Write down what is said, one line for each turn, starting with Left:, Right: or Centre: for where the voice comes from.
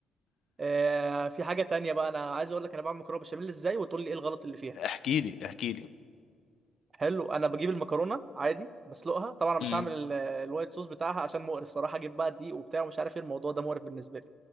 Right: آه في حاجه تانية بقى انا عايز اقول لك انا بعمل مكرونه بشاميل ازاي وتقول لي ايه الغلط اللي فيها
Left: احكي لي احكي لي
Right: حلو انا بجيب المكرونه عادي بسلقها طبعا انا
Left: امم
Right: مش هعمل ال- الوايت صوص بتاعها عشان مقرف صراحه اجيب بقى دقيق وبتاع ومش عارف ايه الموضوع ده مقرف بالنسبه لي